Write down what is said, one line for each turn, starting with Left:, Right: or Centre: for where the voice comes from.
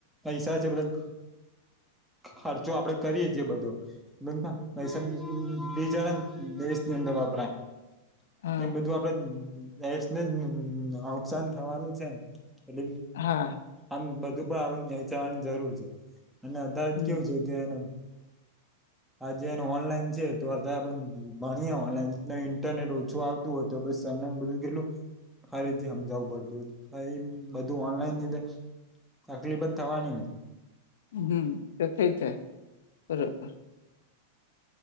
Centre: પૈસા છે બધા ખર્ચો આપડે કરીએ જે બધો પૈસા બીજા દેશની અંદર વપરાય.
Left: હા
Centre: એ બધું આપડેને નુકસાન થવાનું છે, એટલે
Left: હા
Centre: આમ બધું પણ આપડે વહેંચાવાની જરૂર છે, અને અત્યારે
Left: હમ
Centre: જ કેવું છે. તેનુ, આજે એને ઓનલાઈન છે, તો અંત આપ ભણીએ ઓનલાઈન ઇન્ટરનેટ ઓછું આવતું હોતું. તો તો સમય કેટલુ અરે જે સમજાવું પડતુ અહીં બધું ઓનલાઇન અંદર. તકલીફ જ થવાનીને,
Left: હું તો થઈ જાય બરોબર,